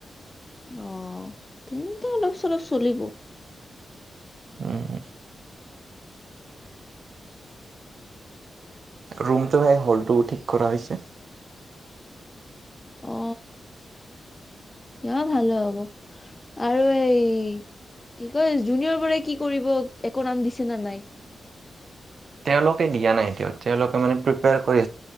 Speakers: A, on the left; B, on the right.
A: অ' তেন্ত অলপ- চলপ চলিব।
B: উম। ৰুমটো সেই হলটো ঠিক কৰা হৈছে।
A: অ, দিয়া ভালে হব আৰু এই কি কয় জুনিয়ৰ বোৰে কি কৰিব একো নাম দিছে ন নাই?
B: তেওঁলোকে দিয়া নাই তেওঁলোকে মানে প্ৰপয়াৰ